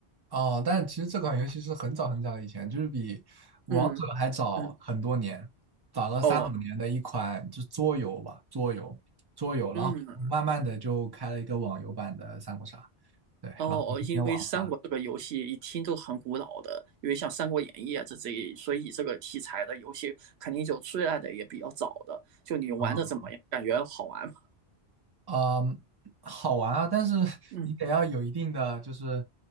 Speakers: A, on the right (about 25°); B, on the right (about 85°).
A: 哦，但是其实这款游戏是很早很早以前，就是比王者还早很多年，
B: 嗯嗯
A: 早了三五年的一款就桌游吧，
B: 哦
A: 桌游，桌游，然后慢慢的就开了一个网游版的三国杀，
B: 嗯
A: 对，
B: 哦，
A: 然后今天网上。
B: 因为三国这个游戏一听都很古老的，因为像《三国演义》啊这这一，所以这个题材的游戏肯定就出来的也比较早的。就你玩的怎么样？
A: 啊，
B: 感觉好玩吗？
A: 啊，好玩啊，但是 <laughs>
B: 嗯
A: 你得要有一定的，就是